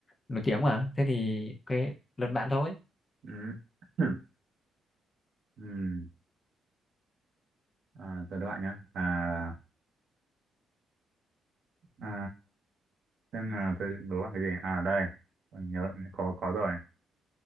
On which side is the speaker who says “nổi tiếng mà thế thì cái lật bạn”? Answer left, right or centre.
Left